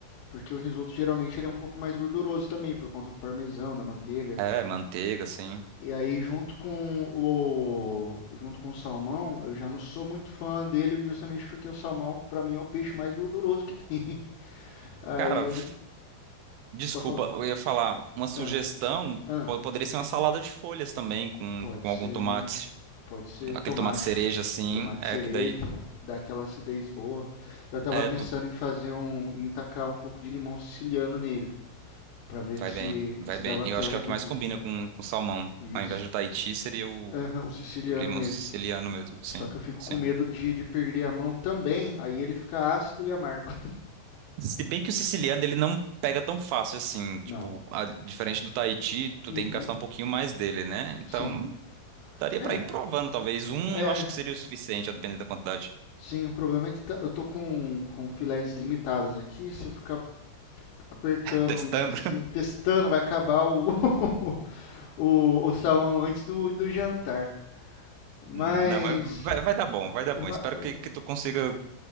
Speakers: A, on the left; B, on the right.
A: Porque o risoto geralmente ele é um pouco mais gorduroso também, por conta do parmesão, da manteiga.
B: é, manteiga, assim.
A: E aí junto com o junto com o salmão, eu já não sou muito fã dele, justamente porque o salmão pra mim é o peixe mais gorduroso que tem. <laughs> Aí
B: Cara,
A: eu
B: f-
A: não
B: desculpa,
A: pode falar.
B: eu ia falar, uma sugestão
A: Ah, ah,
B: po- poderia ser uma salada de folhas também, com,
A: pode
B: com
A: ser,
B: algum tomate,
A: né? Pode ser
B: aquele
A: tomate,
B: tomate cereja, assim,
A: tomate
B: é
A: cereja,
B: que daí,
A: dá aquela acidez boa. Eu tava
B: é,
A: pensando
B: tu
A: em fazer um, em tacar um pouco de limão siciliano nele. para ver
B: vai
A: se,
B: bem, vai
A: se
B: bem.
A: dava aquela
B: E eu acho que
A: reduzida.
B: é o que mais combina com, com salmão.
A: Isso.
B: Ao invés do Tahiti, seria o,
A: Aham, o siciliano
B: o limão
A: mesmo.
B: siciliano mesmo, sim,
A: Só que eu fico
B: sim.
A: com medo de, de perder a mão também, aí ele fica ácido e amargo.
B: Se bem que o siciliano ele não pega tão fácil assim, tipo,
A: Não.
B: a- diferente do Tahiti, tu
A: Uhum,
B: tem que gastar um pouquinho mais dele, né? Então,
A: sim.
B: daria
A: É,
B: pra ir provando, talvez um,
A: é.
B: eu acho que seria o suficiente, a depender da quantidade.
A: Sim, o problema é que tá- eu tô com, com filés limitadas aqui. Se eu ficar apertando
B: <laughs> Testando.
A: em cima, testando, vai acabar o, <laughs> o, o salmão antes do, do jantar. Mas
B: Não, mas vai, vai dar bom, vai dar
A: va-
B: bom. Espero que, que tu consiga